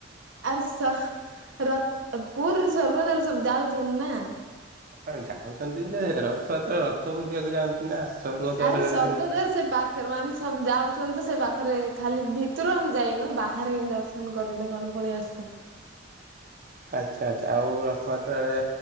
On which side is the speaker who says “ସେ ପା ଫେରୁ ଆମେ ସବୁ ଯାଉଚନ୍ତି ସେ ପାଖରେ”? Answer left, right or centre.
Right